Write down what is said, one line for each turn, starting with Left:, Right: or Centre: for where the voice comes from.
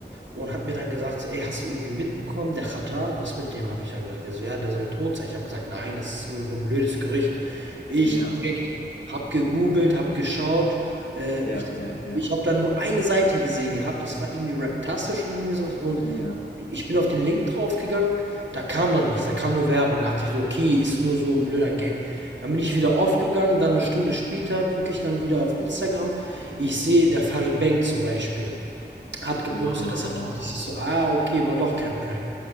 Right: und hat mir dann gesagt so: „Ey, hast du irgendwie mitbekommen, der Xatar, was mit dem?“ Habe ich dann gesagt. Der so: „Ja, der soll tot sein.“ Ich habe gesagt: „Nein, das ist nur so ein blödes Gerücht.“ Ich
Left: ja,
Right: direkt habe gegoogelt, habe geschaut. Äh,
Left: ja,
Right: ich
Left: ja, ja,
Right: ich habe dann nur eine Seite gesehen gehabt, das war irgendwie Raptastisch und irgendwie so und
Left: ja.
Right: ich bin auf den Link draufgegangen, da kam dann nichts, da kam nur Werbung. Da dachte ich so: „Okay, ist nur so ein blöder Gag.“ Dann bin ich wieder aufgegangen, dann eine Stunde später gucke ich dann wieder auf Instagram. Ich sehe, der Farid Bang zum Beispiel hat gepostet,
Left: Oh,
Right: dass
Left: ja.
Right: er Ah. tot ist. Ich so: „Ah, okay, war doch kein Prank.“